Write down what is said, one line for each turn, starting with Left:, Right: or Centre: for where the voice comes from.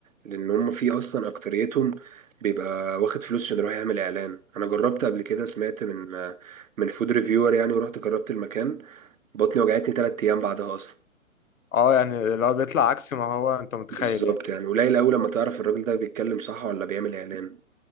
Right: لان هم في اصلا اكتريتهم بيبقى واخد فلوس عشان رايح يعمل اعلان انا جربت قبل كده سمعت من من فود ريفيور يعني ورحت جربت المكان بطني وجعتني تلات ايام بعدها اصلا
Left: اه يعني لو بيطلع عكس ما هو انت متخيل
Right: بالظبط
Left: يعني
Right: يعني قليل قوي لما تعرف الراجل ده بيتكلم صح ولا بيعمل اعلان